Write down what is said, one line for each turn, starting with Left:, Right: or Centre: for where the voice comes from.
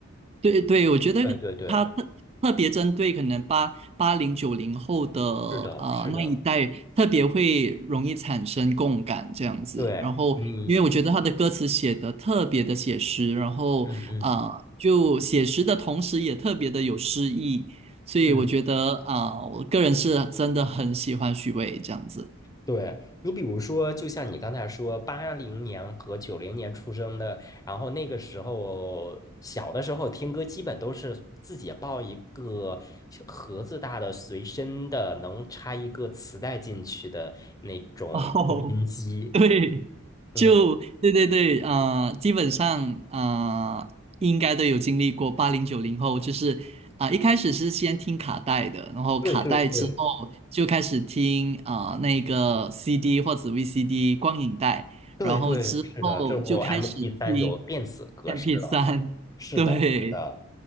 Right: 对对，我觉得他特特别针对可能八八零九零后的呃那一代，
Left: 对对对，是的，是的。
Right: 特别会容易产生共感这样子。
Left: 对，
Right: 然后，
Left: 嗯，
Right: 因为我觉得他的歌词写的特别的写实，然后啊，
Left: 嗯嗯
Right: 就写实的同时也特别的有诗意，所以我觉得啊、
Left: 嗯，
Right: 呃我个人是真的很喜欢许巍这样子。
Left: 对，你比如说，就像你刚才说，八零年和九零年出生的，然后那个时候小的时候听歌，基本都是自己抱一个小盒子大的随身的，能插一个磁带进去的那种收音机。
Right: <laughs> 哦，<laughs> 对，就对对对，
Left: 嗯，
Right: 啊，基本上啊，应该都有经历过八零九零后，就是啊、一开始是先听卡带的，然后卡带之后就开始听啊、
Left: 对对对
Right: 那个 CD 或者 VCD 光影带，
Left: 对对，
Right: 然后之后就开始听
Left: 是的，之后 m p 三有电子格式了。
Right: m p 三，<laughs>
Left: 是的，
Right: 对，
Left: 是的。